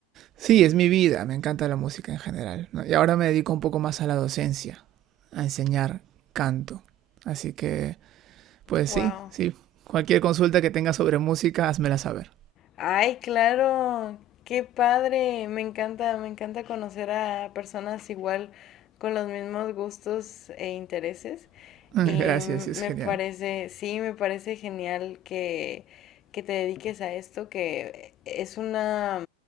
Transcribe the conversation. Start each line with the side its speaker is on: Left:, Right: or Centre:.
Right: sí, es mi vida, me encanta la música en general. ¿no? Y ahora me dedico un poco más a la docencia, a enseñar canto. Así que, pues
Left: Wow.
Right: sí, sí. Cualquier consulta que tengas sobre música, házmela saber.
Left: Ay, claro, qué padre. Me encanta, me encanta conocer a personas igual con los mismos gustos e intereses.
Right: <laughs> Gracias,
Left: Y me
Right: es genial.
Left: parece, sí, me parece genial que, que te dediques a esto, que es una